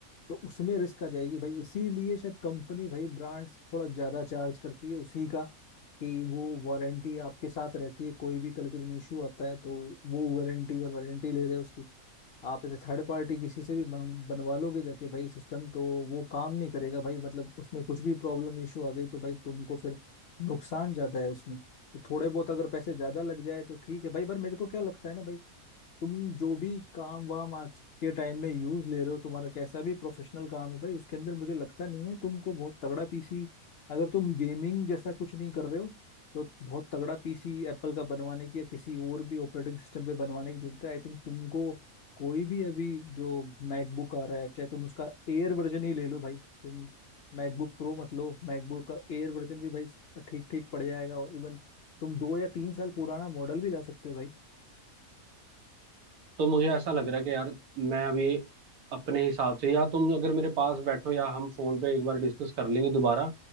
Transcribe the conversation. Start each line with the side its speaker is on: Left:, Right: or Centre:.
Left: तो उसमें रिस्क आ जाएगी भाई इसीलिए शायद कंपनी भाई ब्रांड्स थोड़ा ज्यादा चार्ज करती है उसी का कि वो वारंटी आपके साथ रहती है कोई भी कल के दिन इशू आता है तो वो वारंटी और वारंटी ले रहे हैं उसकी आप ऐसे थर्ड पार्टी किसी से भी बन, बनवा लोगे जाके भाई सिस्टम तो वो काम नहीं करेगा भाई मतलब उसमें कुछ भी प्रॉब्लम इशू आ गई तो भाई तुमको फिर नुकसान ज्यादा है उसमें तो थोड़े बहुत अगर पैसे ज्यादा लग जाए तो ठीक है भाई पर मेरे को क्या लगता है ना भाई तुम जो भी काम वाम आज के टाइम में यूज ले रहे हो तुम्हारा कैसा भी प्रोफेशनल काम है भाई उसके अंदर मुझे लगता नहीं है तुमको बहुत तगड़ा पीसी अगर तुम गेमिंग जैसा कुछ नहीं कर रहे हो तो बहुत तगड़ा पीसी एप्पल का बनवाने की या किसी और भी ऑपरेटिंग सिस्टम पे बनवाने की जरूरत है आई थिंक तुमको कोई भी अभी जो मैकबुक आ रहा है चाहे तुम उसका एयर वर्जन ही ले लो भाई तुम मैकबुक प्रो मत लो मैकबुक का एयर वर्जन भी भाई ठीक ठीक पड़ जाएगा और इवन तुम दो या तीन साल पुराना मॉडल भी ला सकते हो भाई
Right: तो मुझे ऐसा लग रहा है कि यार मैं अभी अपने हिसाब से या तुम अगर मेरे पास बैठो या हम फोन पे एक बार डिस्कस कर लेंगे दोबारा